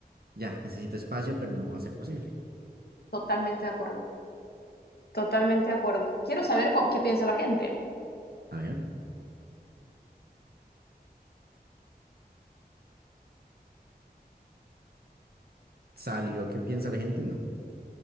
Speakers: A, on the right; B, on the left.
A: ya, necesito espacio, pero no va a ser posible.
B: Totalmente de acuerdo. Totalmente de acuerdo. Quiero saber cómo- qué piensa la gente.
A: A ver, ¿salió qué piensa la gente? No.